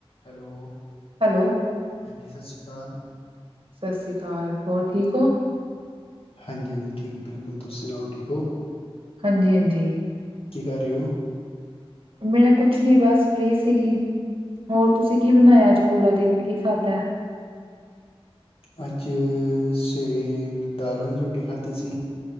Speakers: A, on the left; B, on the right.
A: Hello
B: hello,
A: ਹਾਂਜੀ ਸਤਿ ਸ਼੍ਰੀ ਅਕਾਲ
B: ਸਤਿ ਸ਼੍ਰੀ ਅਕਾਲ, ਹੋਰ ਠੀਕ ਹੋ?
A: ਹਾਂਜੀ -ਹਾਂਜੀ ਠੀਕ ਬਿਲਕੁਲ, ਤੁਸੀਂ ਸੁਣਾਓ ਠੀਕ ਹੋ?
B: ਹਾਂਜੀ- ਹਾਂਜੀ
A: ਕੀ ਕਰ ਰਹੇ ਹੋ
B: ਮੈਂ ਕੁਛ ਨਈ ਬਸ ਫ੍ਰਰੀ ਸੀਗੀ, ਹੋਰ ਤੁਸੀਂ ਕੀ ਬਣਾਇਆ, ਅੱਜ ਪੂਰਾ ਦਿਨ ਕੀ ਖਾਧਾ
A: ਅੱਜ ਸਵੇਰੇ, ਦਾਲ ਵਾਲਾਂੀ ਰੋਟੀ ਖਾਧੀ ਸੀ।